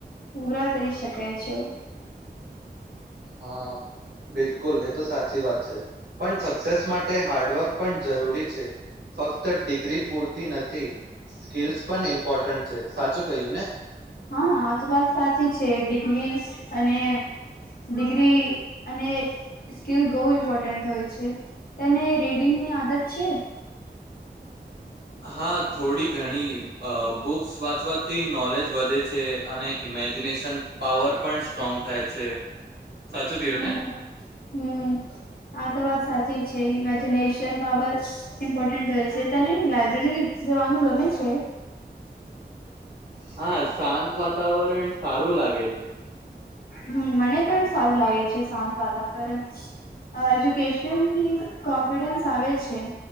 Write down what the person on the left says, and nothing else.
પૂરા કરી શકે છે.
હા આ તો વાત સાચી છે. ડિગ્રી અને ડિગ્રી અને સ્કીલ બહુ ઇમ્પોર્ટન્ટ હોય છે તેને રીડિંગની આદત છે?
હમ
હમ આ તો વાત સાચી છે ઇમેજિનેશન પાવર ઇમ્પોર્ટન્ટ હોય છે. તને લાઈબ્રેરી જવાનું ગમે છે?
હમ્મ. મને પણ સારું લાગે છે સાંત વાતાવરણ, એજ્યુકેશનથી કોન્ફિડન્સ આવે છે.